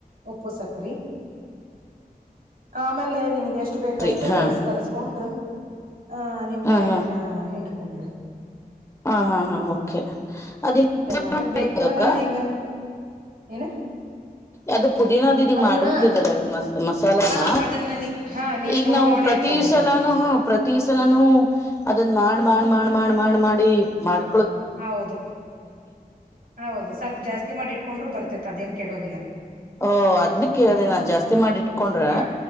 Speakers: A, on the right (about 75°); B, on the left (about 20°).
A: ಉಪ್ಪು ಸಕ್ರೆ ಆಮೇಲೆ ನಿನಗೆ ಎಷ್ಟು ಬೇಕಷ್ಟು
B: ಪೂರಿ ಹಾ
A: ರೈಸ್ ಕಲಸ್ಕೊಂಡು. ಹ ನಿಂಬೆ
B: ಹಾ
A: ಹಣ್ಣು
B: ಹಾ
A: ಹಿಂಡ ಹೊಂಬಿಡು
B: ಹಾ ಹಾ ಹಾ ಓಕೆ. ಅದ
A: ಚಲೋ ಆಕತ್ ಬೇಕಾರ
B: ಅಕ್ಕ
A: ನಿಂಗ. ಏನ
B: ಅದು ಪುದೀನ ಅದು ಇದೀಗ್
A: ಅದನ್ನ
B: ಮಾಡಿರ್ತಿದಲ್ಲ
A: ಹಾ
B: ಇದು ಮಸ್ ಮಸಾಲಾನ
A: ಹಾ ಅದನ್ನ ನೀ ಹಾ ನೀ
B: ಈಗ
A: ಸ್ಟೋರ್
B: ನಾವು
A: ಮಾಡಿ
B: ಪ್ರತಿ
A: ಇಟ್ಕೋಬಹುದು
B: ಸಲಾನೂ
A: ಅದನ್ನ
B: ಹೂಂ ಪ್ರತಿ ಸಲಾನೂ ಅದನ್ ಮಾಡ್ ಮಾಡ್ ಮಾಡ್ ಮಾಡ್ ಮಾಡ್ ಮಾಡಿ ಮಾಡು
A: ಹೌದು ಹೌದು ಸ್ವಲ್ಪ ಜಾಸ್ತಿ ಮಾಡಿ ಇಟ್ಕೊಂಡ್ರೂ ಬರ್ತೆೇತ್ ಅದೇನ್ ಕೆಡೋದಿಲ್ಲ.
B: ಓ ಅದ್ನ ಕೇಳಿದೆ ನಾನ್ ಜಾಸ್ತಿ ಮಾಡಿಟ್ ಕೊಂಡ್ರ
A: ಹಾ